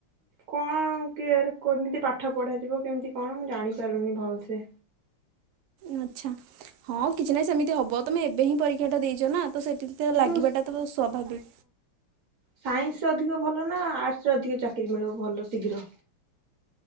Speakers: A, on the right; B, on the right.
A: କଣ କି କେମିତି ପାଠ ପଢାଯିବ କେମିତି କଣ ମୁଁ ଜାଣି ପାରୁନି ଭଲସେ।
B: ଆଚ୍ଛା ହଁ କିଛି ନାହିଁ ସେମିତି ହବ ତମେ ଏବେ ହିଁ ପରୀକ୍ଷା ଟା ଦେଇଛ ନା ତ ସେଥି
A: କିନ୍ତୁ
B: ଲାଗିବାଟା ତ ସ୍ଵାଭାବିକ।
A: ସାଇନ୍ସରେ ଅଧିକ ଭଲ ନା ଆର୍ଟସ ରେ ଅଧିକ ଚାକିରି ମିଳିବ ଭଲ ଶୀଘ୍ର।